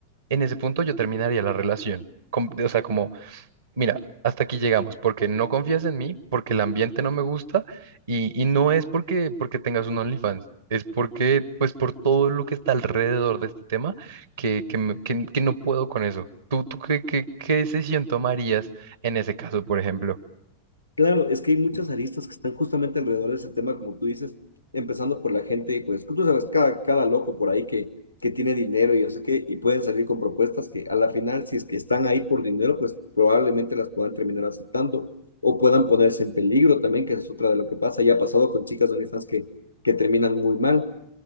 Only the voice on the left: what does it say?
Claro, es que hay muchas aristas que están justamente alrededor de ese tema, como tú dices, empezando por la gente, pues tú sabes, cada, cada loco por ahí que, que tiene dinero y no sé qué, y pueden salir con propuestas que a la final, si es que están ahí por dinero, pues probablemente las puedan terminar aceptando o puedan ponerse en peligro también, que es otra de lo que pasa. Ya ha pasado con chicas de OnlyFans que, que terminan muy mal.